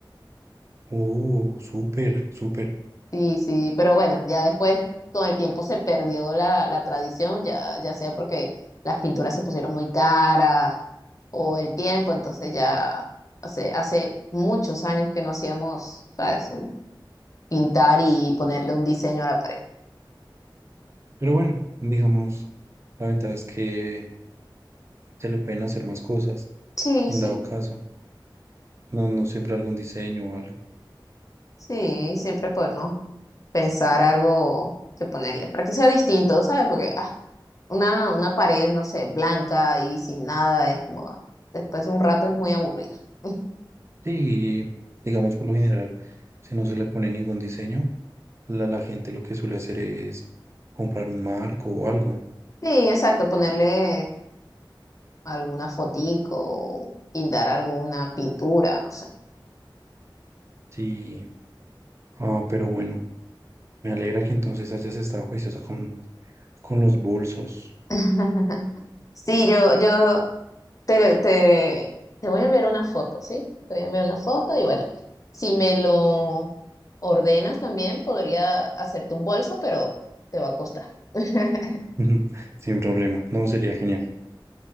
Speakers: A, on the right (about 35°); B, on the left (about 40°).
A: oh, súper, súper.
B: Sí, sí, pero bueno, ya después con el tiempo se perdió la, la tradición, ya, ya sea porque las pinturas se pusieron muy caras o el tiempo, entonces ya hace, hace muchos años que no hacíamos, ¿sabes? Un- Pintar y ponerle un diseño a la pared.
A: Pero bueno, digamos, la ventaja es que se le pueden hacer más cosas
B: Sí,
A: en
B: sí,
A: dado caso. No, no siempre algún diseño o algo.
B: sí, siempre podemos pensar algo que ponerle para que sea distinto, ¿sabes? Porque ah, una, una pared, no sé, blanca y sin nada es como, ah, después de un rato es muy aburrida. <laughs>
A: Sí, digamos por lo general, si no se le pone ningún diseño, la, la gente lo que suele hacer es comprar un marco o algo.
B: Sí, exacto, ponerle alguna fotico, o pintar alguna pintura, no sé.
A: Sí, ah, pero bueno, me alegra que entonces hayas estado juiciosa con, con los bolsos.
B: <laughs> Sí, yo, yo te, te, te voy a enviar una foto, ¿sí? Te voy a enviar una foto y bueno, si me lo ordenas también, podría hacerte un bolso, pero te va a costar. <laughs>
A: <laughs> Sin problema, no, sería genial.